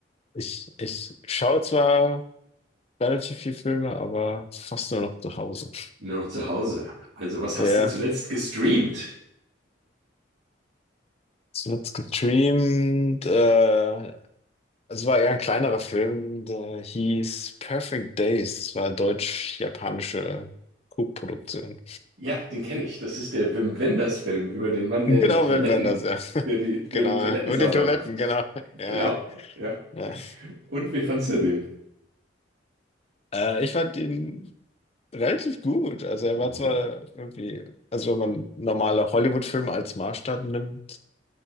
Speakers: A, on the left; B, on the right.
A: Ich, ich schaue zwar relativ viel Filme, aber fast nur noch zu Hause.
B: Nur noch zu Hause. Also, was hast
A: Ja,
B: du zuletzt gestreamt?
A: zuletzt gestreamt. Äh, es war eher ein kleinerer Film, der hieß Perfect Days. Es war eine deutsch-japanische Co-Produktion.
B: Ja, den kenne ich. Das ist der Wim Wenders-Film über den Mann, der
A: Genau,
B: die Toiletten,
A: Wim Wenders, ja.
B: der
A: <laughs>
B: die, der
A: Genau,
B: die Toiletten
A: ja. Mit
B: sauber
A: den Toiletten,
B: macht.
A: genau.
B: Genau.
A: Ja,
B: Ja.
A: ja.
B: Und wie fandst du den?
A: Äh, ich fand ihn relativ gut. Also er
B: Mhm.
A: war zwar irgendwie, also wenn man normale Hollywood-Filme als Maßstab nimmt,